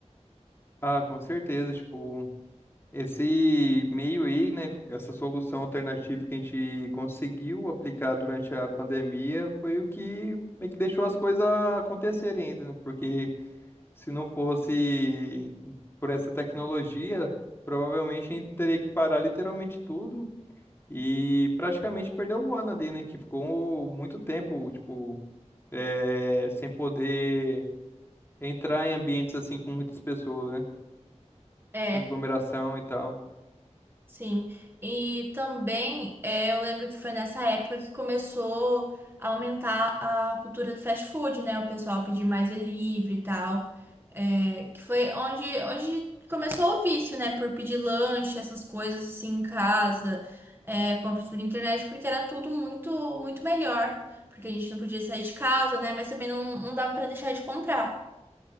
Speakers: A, on the left; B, on the right.
A: Ah, com certeza, tipo, Esse meio aí, né, essa solução alternativa que a gente conseguiu aplicar durante a pandemia foi o que meio que deixou as coisas acontecerem ainda, né? Porque se não fosse por essa tecnologia, provavelmente a gente teria que parar literalmente tudo e praticamente perdeu o ano ali, né? Que ficou muito tempo, tipo, eh, sem poder entrar em ambientes assim com muitas pessoas, né?
B: é,
A: Aglomeração e tal.
B: Sim, e também eh, eu lembro que foi nessa época que começou a aumentar a cultura do fast food, né? O pessoal pedir mais delivery e tal, eh, que foi onde, onde começou o vício, né? Por pedir lanche, essas coisas assim em casa, eh, compras por internet, porque era tudo muito, muito melhor, porque a gente não podia sair de casa, né? Mas também não, não dava pra deixar de comprar.